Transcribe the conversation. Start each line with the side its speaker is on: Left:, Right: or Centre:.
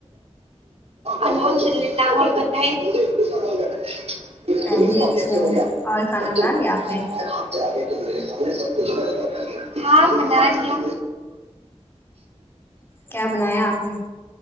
Right: الحمدللہ آپ بتائیں <unintelligible>
Left: میں بھی اچھی ہوں اور کھانا بنا دیا آپ نے
Right: ہاں بنا لیا
Left: کیا بنایا آپ نے